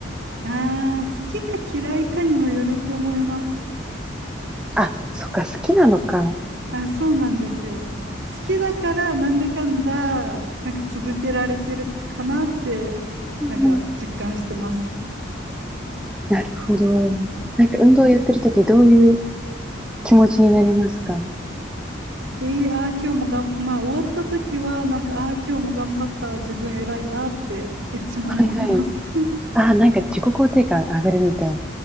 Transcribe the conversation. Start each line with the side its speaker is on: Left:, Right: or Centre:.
Right: ああ、好きか嫌いかにもよると思います。
Centre: あ、そっか、好きなのか。
Right: あ、そうなんですよ。好きだからなんだかんだ、なんか続けられてるかなって、
Centre: うん
Right: なんか実感してます。
Centre: なるほど。なんか、
Right: うん。
Centre: 運動やってるとき、どういう気持ちになりますか
Right: えー、あー今日もがん、まあ終わった時は、なんか、あー今日も頑張った、自分偉いなっていつも思います。
Centre: はいはい。
Right: <laughs>
Centre: ああ、なんか自己肯定感上がるみたいな。